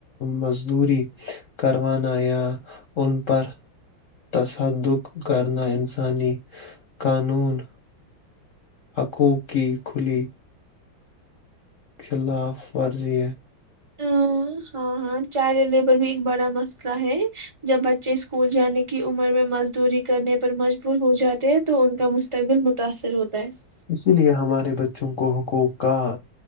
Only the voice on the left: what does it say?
مزدوری کروانا یا ان پر تصدادق کرنا انسانی قانون آکوں کی کھلی خلاف ورزی ہے
اسی لیے ہمارے بچے چوں کو حقوق کا